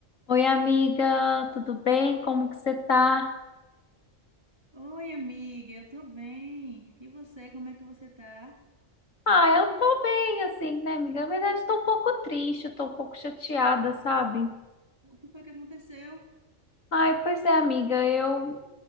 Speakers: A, on the left (about 75°); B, on the right (about 20°).
A: Oi, amiga, tudo bem? Como que você tá?
B: Oi, amiga, eu tô bem. E você, como é que você tá?
A: Ah, eu tô bem, assim, né, amiga? Na verdade, tô um pouco triste, eu tô um pouco chateada, sabe?
B: O que foi que aconteceu?
A: Ai, pois é, amiga, eu,